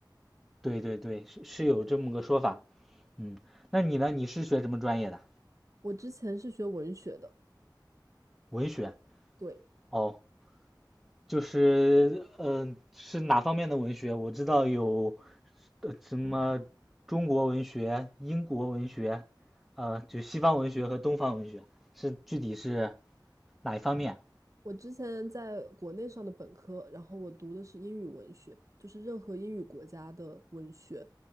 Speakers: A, in the centre; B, on the right.
A: 对对对，是是有这么个说法。嗯，那你呢？你是学什么专业的？
B: 我之前是学文学的，
A: 文学。
B: 对，
A: 哦，就是嗯、呃是哪方面的文学？我知道有呃什么中国文学、英国文学，呃，就西方文学和东方文学，是具体是哪一方面？
B: 我之前在国内上的本科，然后我读的是英语文学，就是任何英语国家的文学。